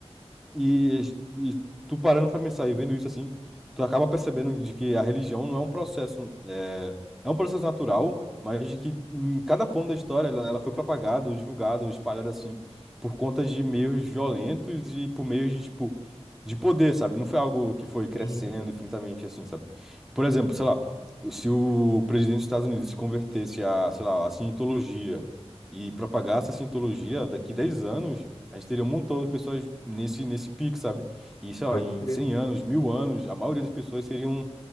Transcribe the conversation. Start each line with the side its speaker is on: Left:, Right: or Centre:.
Centre: E, e tu parando pra pensar e vendo isso assim, tu acaba percebendo de que a religião não é um processo, é, é um processo natural, mas de que em cada ponto da história ela, ela foi propagada, ou divulgada, ou espalhada assim, por conta de meios violentos e por meios de, tipo, de poder, sabe? Não foi algo que foi crescendo
Left: Uhum.
Centre: infinitamente assim, sabe? Por exemplo, sei lá, o- se o presidente dos Estados Unidos se convertesse a, sei lá, a cientologia e propagasse a cientologia daqui 10 anos. A gente teria um montão de pessoas nesse, nesse pico, sabe? E, sei lá,
Left: Pode
Centre: em
Left: crer.
Centre: 100 anos, mil anos, a maioria das pessoas seriam